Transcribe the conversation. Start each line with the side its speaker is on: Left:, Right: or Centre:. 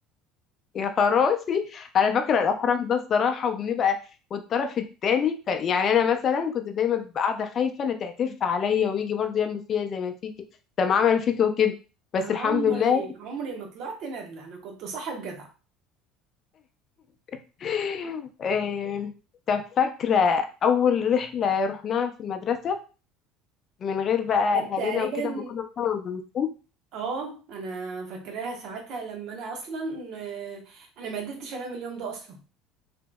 Left: يا خراشي انا فاكره الاحراج ده الصراحه وبنبقى والطرف التاني كان يعني انا مثلا كنت دايما ببقى قاعده خايفه لا تعترف عليا ويجي برضه يعمل فيا زي ما فيكي زي ما عمل فيكي وكده بس
Right: انا
Left: الحمد
Right: عمري
Left: لله
Right: عمري ما طلعت نادلة انا كنت صاحب جدع
Left: <laughs> إيه، طب فاكره اول رحله رحناها في المدرسه من غير بقى
Right: كانت
Left: اهالينا
Right: تقريبا
Left: وكده لما كنا بنطلع بالمصروف
Right: اه انا فاكراها ساعتها لما انا اصلا آه، انا ما قدرتش انام اليوم ده اصلا